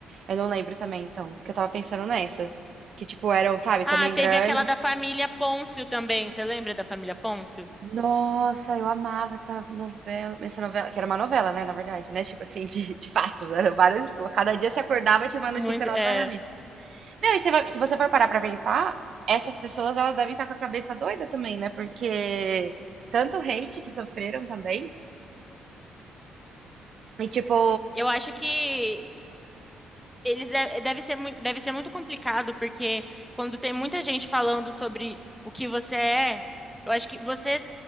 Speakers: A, on the right; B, in the centre.
A: Eu não lembro também, então. Porque eu tava pensando nessas. Que, tipo, eram, sabe,
B: Ah,
A: também
B: teve
A: grandes.
B: aquela da família Pôncio também, você lembra da família Pôncio?
A: Nossa, eu amava essa novela. Essa novela, que era uma novela, né, na verdade, né? Tipo assim, de, de fatos. Era várias. Tipo, cada dia se acordava tinha uma
B: Muito,
A: notícia nova
B: é,
A: na mídia. Não, e você vai- se você for parar pra pensar, essas pessoas, elas devem estar com a cabeça doida também, né? Porque tanto hate que sofreram também. E, tipo,
B: eu acho que eles de- deve ser, mui- deve ser muito complicado, porque quando tem muita gente falando sobre o que você é, eu acho que você